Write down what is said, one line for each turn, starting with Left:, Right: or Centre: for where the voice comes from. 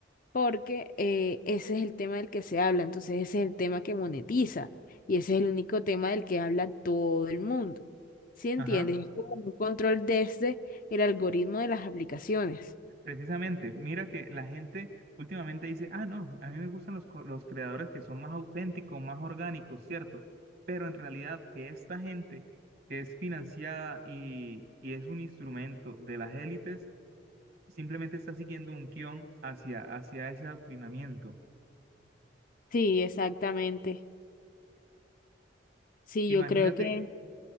Left: porque eh, ese es el tema del que se habla, entonces ese es el tema que monetiza y ese es el único tema del que habla todo el mundo. ¿Sí entiendes?
Right: Ajá.
Left: Es como un control desde el algoritmo de las aplicaciones.
Right: Precisamente, mira que la gente últimamente dice, ah, no, a mí me gustan los, co- los creadores que son más auténticos, más orgánicos, ¿cierto? Pero en realidad que esta gente que es financiada y, y es un instrumento de las élites, simplemente está siguiendo un guión hacia, hacia ese adoctrinamiento.
Left: Sí, exactamente. Sí,
Right: Imagínate,
Left: yo creo que,